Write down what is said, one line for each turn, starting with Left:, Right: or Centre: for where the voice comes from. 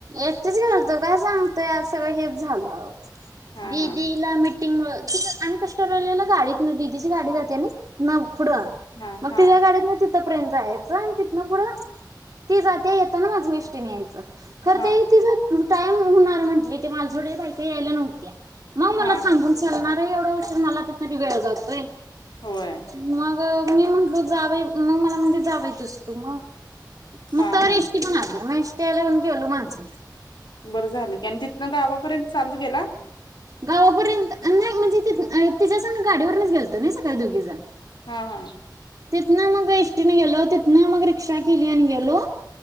Right: एकटच गेलतो काय सांगतोय आ सगळं हेच झालं
Left: हा
Right: दिदीला
Left: हा
Right: मि िंगमुळे त आणि कष्टरलेलं गाडीत न तिची गाडी जाते आणि न पुढं
Left: हा
Right: मग
Left: हा
Right: तिझ्या गाडीत ना त पर्यंत जायचं आणि तिथनं पुढं ती जाते येताना माझ मी एसटी नी यायचं करता
Left: हा
Right: येत त टाईम होणार म्हंटले ते माझ कडे बायका काही यायला नव्हत्या मग मला
Left: हा
Right: सांगून चालणार आहे. एवढं वर्ष मला त तरी वेळ जातोय.
Left: होय
Right: मग मी म्हटलो जावे मग मला म्हणते जा बाई तूच तू मग मग
Left: हा
Right: तवर
Left: हा
Right: येसटी पण आली मग ले खेलू माणस
Left: बरं झालं की आणि तिथनं गावापर्यंत चालत गेला.
Right: गावापर्यंत नाही म्हणजे त तिच्या संग गाडीवरूनच गेलतो ना सकाळी दोघी जण
Left: हा हा
Right: तिथन मग एसटीने गेलो तिथन मग रिक्षा केली आणि गेलो